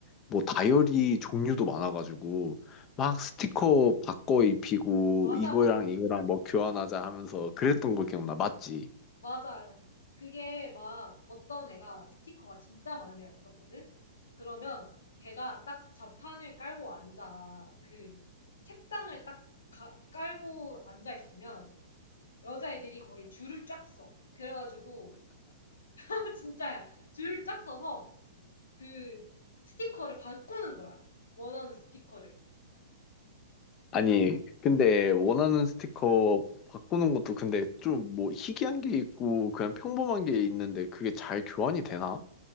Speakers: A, on the left; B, on the left.
A: 뭐 다이어리 종류도 많아가지고 막 스티커 바꿔 입히고
B: 맞아,
A: 이거랑
B: 맞아.
A: 이거랑 뭐 교환하자 하면서 그랬던 거 기억나. 맞지?
B: 맞아. 그게 막 어떤 애가 스티커가 진짜 많은 애가 있었거든? 그러면 걔가 딱 좌판을 깔고 앉아. 그 책상을 딱 가- 깔고 앉아 있으면 여자애들이 거의 줄을 쫙 서. 그래가지고, <laughs> 진짜야. 줄을 쫙 서서 그 스티커를 바꾸는 거야. 원하는 스티커를.
A: 아니, 근데 원하는 스티커 바꾸는 것도 근데 좀 뭐 희귀한 게 있고 그냥 평범한 게 있는데 그게 잘 교환이 되나?